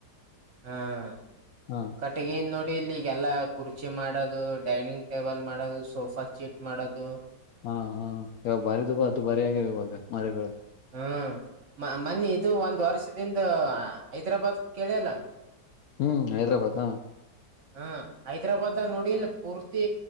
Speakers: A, on the right; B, on the left.
A: ಹ್ಮ್
B: ಹಾ
A: ಕಟ್ಟಗಿ ನೋಡಿ ಇಲ್ಲಿ ಎಲ್ಲ ಕುರ್ಚಿ ಮಾಡೋದು ಡೈನಿಂಗ್ ಟೇಬಲ್ ಮಾಡೋದು ಸೋಫಾ ಸೀಟ್ ಮಾಡೋದು
B: ಹಾ ಹಾ ಇವಾಗ ಬಾರಿಿದು ಅದು ಭಾರಿ ಆಗ್ಯ ಇವಾಗ ಮರಗಳ
A: ಹ್ಮ್ ಮನ್ನೆ ಇದು ಒಂದ್ ವರ್ಷದಿಂದ ಹೈದ್ರಾಬಾದ್ ಕೇಳಲ್ಲ
B: ಹ್ಮ್ ಹೈದ್ರಾಬಾದ ಹ
A: ಹ್ಮ ಹೈದ್ರಾಬಾದ್ ನುಡಿಲ್ ಪೂರ್ ತ್ತ